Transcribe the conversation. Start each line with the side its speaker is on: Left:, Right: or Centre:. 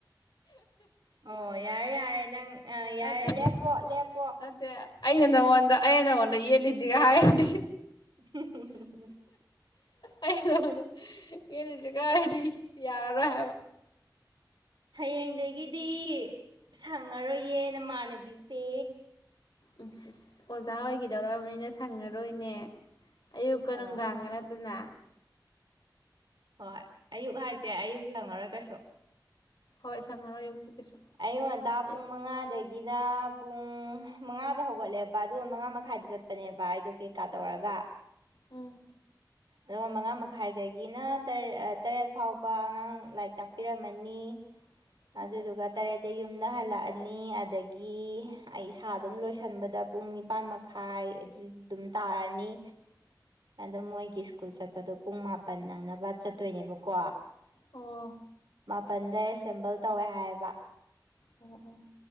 Right: ꯑꯣ ꯌꯥꯔꯦ ꯌꯥꯔꯦ ꯅꯪ ꯑ
Left: ꯅꯠꯇꯦ
Right: ꯌꯥꯔꯦ ꯂꯦꯞꯄꯣ ꯂꯦꯞ
Left: ꯅꯠꯇꯦ ꯑꯩꯅ ꯅꯪꯉꯣꯟꯗ ꯑꯩꯅ ꯅꯪꯉꯣꯟꯗ ꯌꯦꯠꯂꯤꯖꯤꯒ ꯍꯥꯢꯔꯗꯤ
Right: <unintelligible>
Left: ꯑꯩ ꯂꯧꯔꯦ ꯌꯦꯠꯂꯖꯦ ꯀꯔꯥꯏꯗꯩ ꯌꯥꯔꯔꯣꯢ ꯍꯥꯢꯕ
Right: ꯍꯌꯦꯡꯗꯒꯤꯗꯤ ꯁꯪꯉꯔꯣꯢꯌꯦ ꯅꯃꯥꯟꯅꯕꯤꯁꯦ
Left: ꯑꯁ ꯑꯣꯖꯥ ꯑꯣꯢꯒꯤꯗꯧꯔꯕꯅꯤꯅ ꯁꯪꯉꯔꯣꯢꯅꯦ ꯑꯌꯨꯛꯀ
Right: ꯍꯣꯏ
Left: ꯅꯨꯡꯗꯥꯡꯒ ꯅꯠꯇꯅ
Right: ꯍꯣꯢ ꯑꯌꯨꯛ ꯍꯥꯢꯖꯦ ꯑꯌꯨꯛꯁꯨ ꯁꯪꯉꯔꯣꯢ ꯀꯩꯁꯨ
Left: ꯍꯣꯢ ꯁꯪꯉꯉꯔꯣꯢ ꯑꯌꯛꯇ ꯀꯩꯁꯨ
Right: ꯑꯌꯨ ꯉꯟꯇꯥ ꯄꯨꯡ
Left: ꯑꯦ
Right: ꯃꯉꯥꯗꯩ ꯒꯤꯅ ꯄꯨꯡ ꯃꯉꯥꯗ ꯍꯧꯒꯠꯂꯦꯕ ꯑꯗꯨꯒ ꯃꯉꯥ ꯃꯈꯥꯢꯗ ꯆꯠꯄꯅꯦꯕ ꯑꯩꯗꯣ ꯀꯩ ꯀꯥ ꯇꯧꯔꯒ
Left: ꯎꯝ
Right: ꯑꯗꯨꯒ ꯃꯉꯥ ꯃꯈꯥꯢꯗꯒꯤꯅ ꯇꯔꯦꯠ ꯑ ꯇꯔꯦꯠ ꯐꯥꯎꯕ ꯑꯉꯥꯡ ꯂꯥꯢꯔꯤꯛ ꯇꯥꯛꯄꯤꯔꯝꯃꯅꯤ
Left: <inaudible>
Right: ꯑꯗꯨꯗꯨꯒꯠ ꯇꯔꯦꯠꯇ ꯌꯨꯝꯗ ꯍꯜꯂꯛꯑꯅꯤ ꯑꯗꯒꯤ ꯑꯩ ꯏꯁꯥ ꯑꯗꯨꯝ ꯂꯣꯢꯁꯤꯟꯕꯗ ꯄꯨꯡ ꯅꯤꯞ ꯅꯤꯄꯥꯥꯟ ꯃꯈꯥꯢ ꯑꯗꯨ ꯑꯗꯨꯝ ꯇꯥꯔꯅꯤ
Left: <inaudible>
Right: ꯑꯗꯣ ꯃꯣꯢꯒꯤ ꯁ꯭ꯀꯨꯜ ꯆꯠꯄꯗꯣ ꯄꯨꯡ ꯃꯥꯄꯟ ꯅꯪꯅꯕ ꯆꯠꯇꯣꯏꯅꯦꯕꯀꯣ
Left: ꯑꯣ
Right: ꯃꯥꯄꯜꯗ ꯑꯦꯁꯦꯝꯕꯜ ꯇꯧꯋꯦ ꯍꯥꯢꯌꯦꯕ
Left: ꯑꯣ ꯑꯣ